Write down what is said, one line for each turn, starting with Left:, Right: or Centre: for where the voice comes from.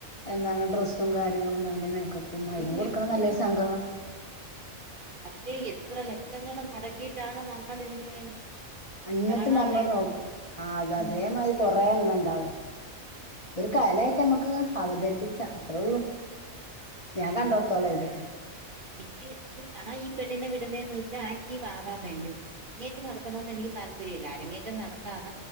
Left: എന്താണ് ഡ്രസ്സും കാര്യങ്ങളും അതിന്റെ മേക്ക ഉം
Right: അയ്യോ
Left: അയിനും കൊടുക്കണം
Right: എന്ത്
Left: നല്ലരു
Right: പൈസ
Left: സംഘം.
Right: പക്ഷേ എത്ര ലക്ഷങ്ങൾ മുടക്കിയിട്ടാണ് നമ്മൾ ഇതിന് വേണ്ടി
Left: എന്നിട്ട്
Right: ഇറങ്ങാനുള്ളേന്നറിയോ
Left: നമ്മൾ നോക്കും ആ അത അതേ
Right: ഉം
Left: മാ കൊറെ എണ്ണം ഇണ്ടാവും ഒരു കലായിട്ട് നമ്മുക്ക് അവതരിപ്പിച്ച അത്രേ ഉള്ളൂ. ഞാൻ കണ്ടടുത്തോള അയില്
Right: എനിക്ക് ഇപ്പൊ ഞാൻ ഈ പെണ്ണിനെ വിടുന്നേന്ന് വെച്ചാൽ ആക്ടീവ് ആവാൻ വേണ്ടി അരങ്ങേറ്റം നടത്തണോന്ന് എനിക്ക് താല്പര്യം ഇല്ല അരങ്ങേറ്റം നടത്താത